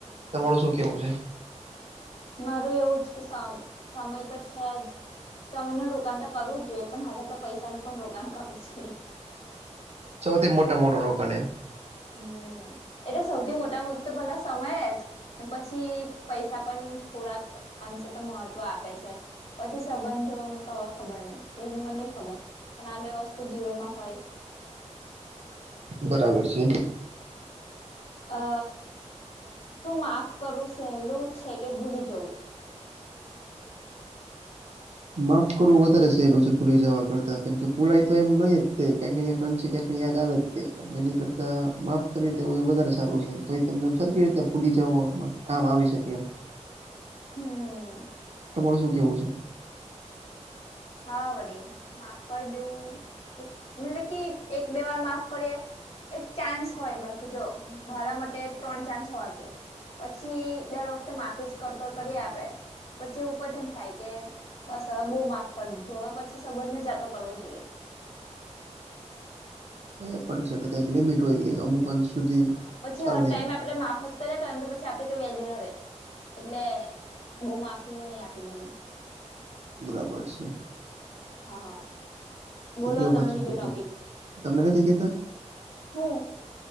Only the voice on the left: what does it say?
માર એવું જ કે સમય તો છે જ સમય નું રોકાણ તો કરવું જ જોઈએ, પણ હવે તો પૈસાનું પણ રોકાણ કરવું જોઈએ.
હમ એટલે સૌથી મોટા મુદ્દ તો પેલા સમયે જ. પછી પૈસા પણ થોડાક અંશે તો મહત્વ આપે છે પછી સંબંધો ન તો હવે ખબર નહ એનું મને નહી ખબર પણ આ બે વસ્તુ જીવનમાં હોય
અ શું માફ કરું સહેલું છે કે ભૂલી જવું
હમ
હા વડીલ, માફ કર દેવું, એક, મતલબ કી એક બે વાર માફ કરીએે એક ચાન્સ હોય, મતલબ કે જો, મારા માટે ત્રણ ચાન્સ હોવા જોએ. પછી દર વખતે માફી જ કર-કર કરીએ આપડે પછી એવું <unintelligible> થાય કે બસ હવે બહું માફ કર દીધું, હવે પછી સંબંધને જાતો કરવો જોઈએ.
હા. પછી
હર ટાઈમે
આપડે માફ ફ જ કર્યાં કરે ને તો પછી આપડી કાઈ વેલ્યુ ન રહેે, એટલે બહુ માફી હોય એ આપી દેવી.
હા.
બોલો
તમે
બીજો ટોપિક.
હું